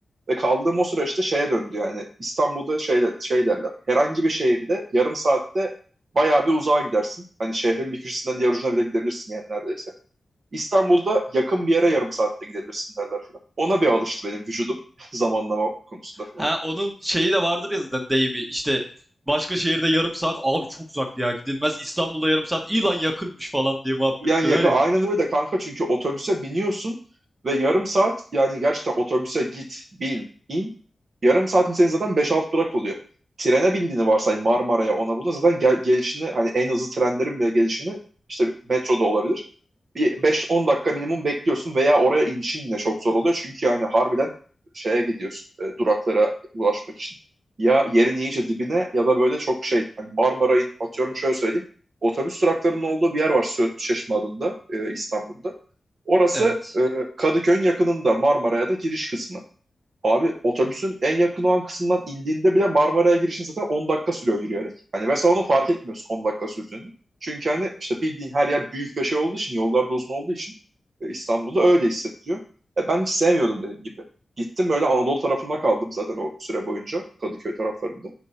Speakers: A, on the right; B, on the right.
A: Ve kaldığım o süreçte işte şeye döndü yani. İstanbul'da şey, şey derler. Herhangi bir şehirde yarım saatte bayağı bir uzağa gidersin. Hani şehrin bir köşesinden diğer ucuna bile gidebilirsin yani neredeyse. İstanbul'da yakın bir yere yarım saatte gidebilirsin derler filan. Ona bir alıştı benim vücudum <laughs> zamanlama konusunda filan.
B: Ha onun şeyi de vardır ya zaten deyimi işte başka şehirde yarım saat abi çok uzak ya gidilmez İstanbul'da yarım saat iyi lan yakınmış falan diye muhabbet
A: yan
B: döner
A: yakın.
B: ya.
A: Aynen öyle kanka çünkü otobüse biniyorsun ve yarım saat yani gerçekten otobüse git, bin, in. Yarım saatin senin zaten beş 6 durak oluyor. Trene bindiğini varsay Marmara'ya ona buna zaten gel- gelişini hani en hızlı trenlerin bile gelişini işte metroda olabilir. Bir 5-10 dakika minimum bekliyorsun veya oraya inişin yine çok zor oluyor. Çünkü yani harbiden şeye gidiyorsun e, duraklara ulaşmak için. Ya yerin iyice dibine ya da böyle çok şey hani Marmara'yı atıyorum şöyle söyleyeyim otobüs duraklarının olduğu bir yer var Söğüt Çeşme adında e, İstanbul'da. Orası
B: Evet.
A: e, Kadıköy'ün yakınında Marmara'ya da giriş kısmı. Abi otobüsün en yakın olan kısmından indiğinde bile Marmara'ya girişin zaten 10 dakika sürüyor yürüyerek. Hani mesela onu fark etmiyorsun 10 dakika sürdüğünü. Çünkü hani işte bildiğin her yer büyük ve şey olduğu için, yollar da uzun olduğu için e, İstanbul'da öyle hissettiriyor. E, ben hiç sevmiyordum dediğim gibi. Gittim böyle Anadolu tarafında kaldım zaten o süre boyunca Kadıköy taraflarında.